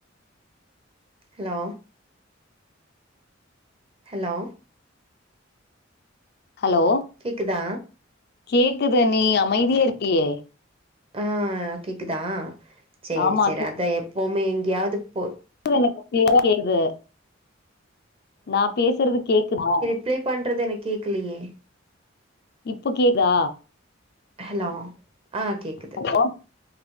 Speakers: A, on the right; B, on the left.
A: hello hello
B: hello
A: கேக்குதா
B: கேக்குத நீ அமைதியா இருக்கியே
A: ஆ கேக்குதா சேரி
B: ஆமா
A: சேரி அத எப்பவுமே எங்கேயாவது போய்
B: எனக்கு கிளயரா கேக்குது நா பேசுறது கேக்குதா
A: அப்ளை பண்ணுறது எனக்கு கேட்கலையே
B: இப்போ கேக்குதா
A: ஹலோ ஆ கேக்குது
B: ஹலோ